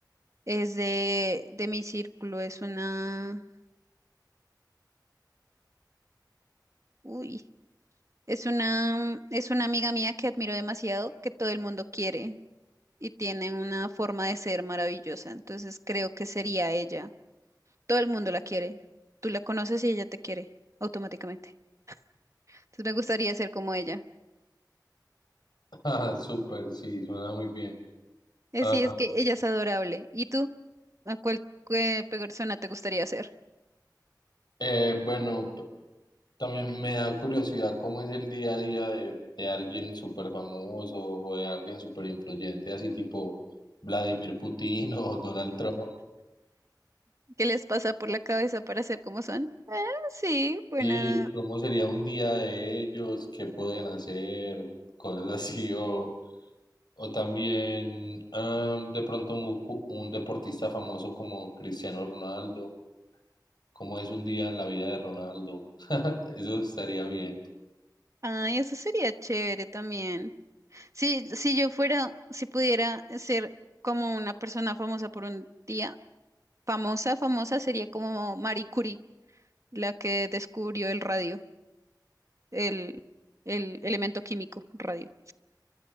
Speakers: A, on the right; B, on the left.
A: es de, de mi círculo, es una, uy, es una, es una amiga mía que admiro demasiado, que todo el mundo quiere y tiene una forma de ser maravillosa, entonces creo que sería ella. Todo el mundo la quiere, tú la conoces y ella te quiere automáticamente. Entonces me gustaría ser como ella.
B: <laughs> Ah, súper, sí, suena muy bien.
A: Eh,
B: Ah,
A: Sí, es que ella es adorable. ¿Y tú? ¿A cuál qué persona te gustaría ser?
B: Eh, bueno, p- también me da curiosidad cómo es el día a día de, de alguien súper famoso o de alguien súper influyente, así tipo Vladimir Putin <laughs> o Donald Trump.
A: ¿Qué les pasa por la cabeza para ser como son? Ah, Sí, buena.
B: Sí, cómo sería un día de ellos, qué pueden hacer, cosas así, o, o también am, de pronto un, ju- un deportista famoso como Cristiano Ronaldo, cómo es un día en la vida de Ronaldo. <laughs> Eso estaría bien. <laughs>
A: Ay, eso sería chévere también. Sí, si yo fuera, si pudiera ser como una persona famosa por un día, famosa, famosa sería como Marie Curie, la que descubrió el radio, el, el elemento químico radio.